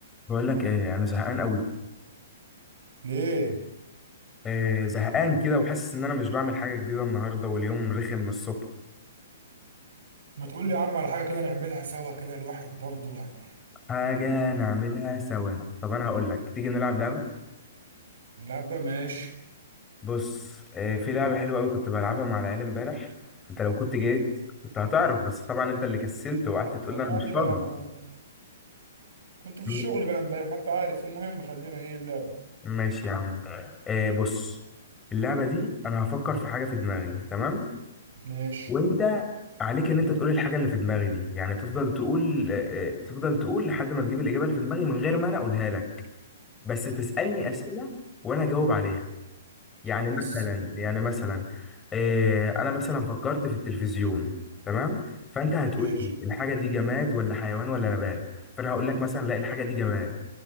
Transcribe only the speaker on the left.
بقول لك ايه انا زهقان قوي
إيه زهقان كده وحاسس ان انا مش بعمل حاجه جديده النهارده واليوم رخم من الصبح
حاجه نعملها سوا طب انا هقول لك تيجي نلعب لعبه
بص إيه في لعبه حلوه قوي كنت بلعبها مع العيال امبارح انت لو كنت جيت كنت هتعرف بس طبعا انت اللي كسلت وقعدت تقول
لي انا مش
فاضي
م-
ماشي يا عم إيه بص اللعبه دي انا هفكر في حاجه في دماغي تمام
وانت عليك ان انت تقول الحاجه اللي في دماغي دي يعني تفضل تقول آه، آه، تفضل تقول لحد ما تجيب الاجابه اللي في دماغي من غير ما انا اقولها لك بس تسالني
اسئله وانا اجاوب عليها يعني
مثلا
يعني مثلا آه، انا مثلا فكرت في التلفزيون تمام فانت هتقول
لي الحاجه دي جماد ولا حيوان ولا نبات فانا هقول لك مثلا لا الحاجه دي جماد